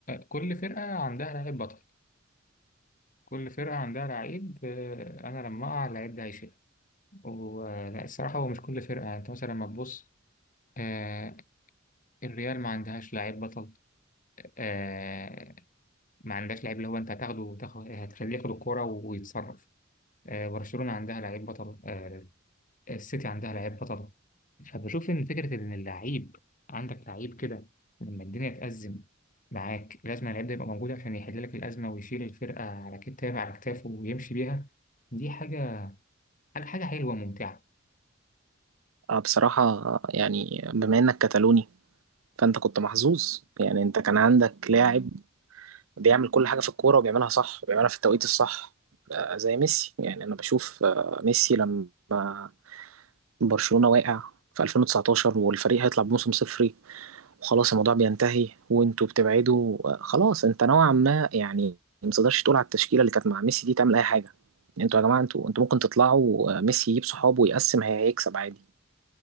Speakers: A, on the left; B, on the right.
A: كل فرقة عندها لعيب بطل كل فرقة عندها لعيب آه، أنا لما أقع اللعيب ده هيشيل والصراحة هو مش كل فرقة يعني أنت مثلا لما تبص آه، الريال ما عندهاش لعيب بطل آه، ما عندهاش لعيب اللي هو أنت هتاخده وتاخد هتخليه ياخد الكورة ويتصرف آه، برشلونة عندها لعيب بطل آه، السيتي عندها لعيب بطل فبشوف ان فكره ان اللعيب عندك لعيب كده لما الدنيا تأزم معاك لازم اللعيب ده يبقى موجود عشان يحل لك الازمه ويشيل الفرقه على كتافه على كتافه ويمشي بيها دي حاجه حاجه حاجة حلوه وممتعه
B: آه، بصراحة يعني بما إنك كتالوني فأنت كنت محظوظ يعني أنت كان عندك لاعب بيعمل كل حاجة في الكورة وبيعملها صح وبيعملها في التوقيت الصح آه، زي ميسي يعني أنا بشوف آه، ميسي لما برشلونة واقع في 2019 والفريق هيطلع بموسم صفري وخلاص الموضوع بينتهي وأنتوا بتبعدوا آه، خلاص أنت نوعا ما يعني ما تقدرش تقول على التشكيلة اللي كانت مع ميسي دي تعمل أي حاجة يعني أنتوا يا جماعة أنتوا أنتوا ممكن تطلعوا آه، ميسي يجيب صحابه ويقسم هي- هيكسب عادي